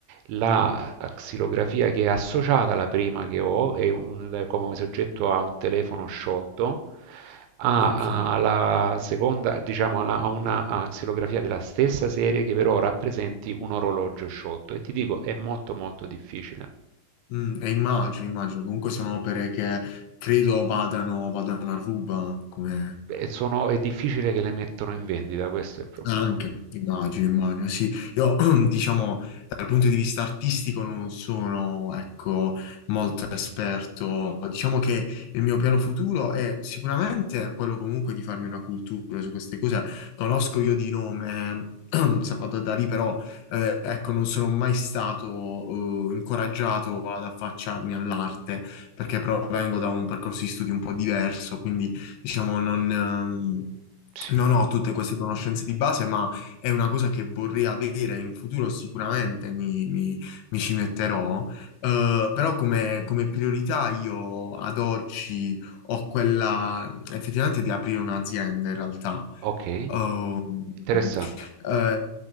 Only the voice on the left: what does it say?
Ok.
Mm, e immagino, immagino. Comunque sono opere che credo vadano, vadano a ruba come...
Anche, immagino, immagino, sì. Io, <clears throat> diciamo, dal punto di vista artistico non sono, ecco, molto esperto. Diciamo che il mio piano futuro è sicuramente quello comunque di farmi una cultura su queste cose. Conosco io di nome <clears throat> Salvatore Dalì, però, eh, ecco, non sono mai stato, eh, incoraggiato ad affacciarmi all'arte, perché provengo da un percorso di studi un po' diverso, quindi, diciamo, non... ehm,
non ho tutte queste conoscenze di base, ma è una cosa che vorrei avere in futuro, sicuramente mi, mi- mi ci metterò, Eh, però come, come priorità io ad oggi ho quella effettivamente di aprire un'azienda in realtà,
Oh,
mm, eh,